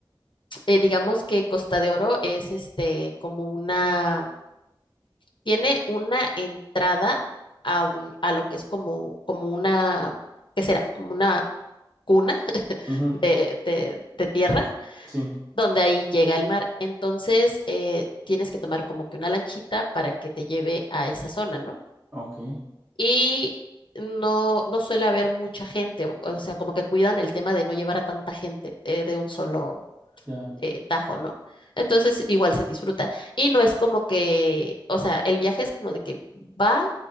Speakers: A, on the left (about 65°); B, on the right (about 30°).
A: Eh, digamos que Costa de Oro es este como una, tiene una entrada a un, a lo que es como, como una, ¿qué será? Como una cuna
B: Ujú,
A: de, de de tierra
B: Sí,
A: donde ahí llega el mar. Entonces, eh, tienes que tomar como que una lanchita para que te lleve a esa zona, ¿no?
B: ok,
A: Y no, no suele haber mucha gente, o, o sea, como que cuidan el tema de no llevar a tanta gente eh, de un solo
B: ya,
A: eh, tajo, ¿no? Entonces, igual se disfruta. Y no es como que, o sea, el viaje es como de que va,